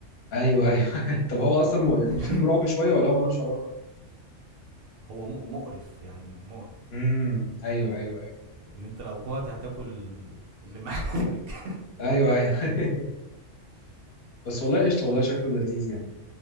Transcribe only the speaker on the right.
<laughs>
<applause> هو م... مقرف يعني مقرف
لان انت لو جوعت هتاكل اللي معاك
<laughs>
<applause> ف